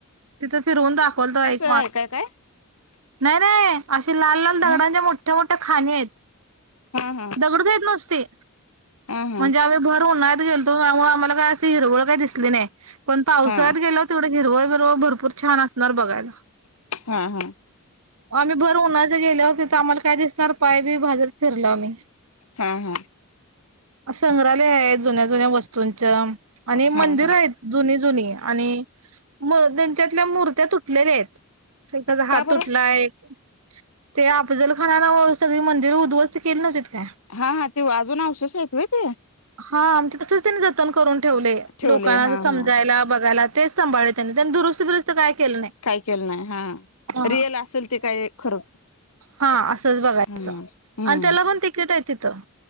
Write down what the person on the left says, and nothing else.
<unintelligible> हे का काय?
ह
हा हा
हा हा
हा
हा हा.
हा हा.
हा
हा
का बरं
हा हा ते वाजून अवशेष हैत व्हय ते?
ठेवले
हा
हा
काही केलं नाही हा.
रिअल
असेल ते काय खरं.
हम्म हम्म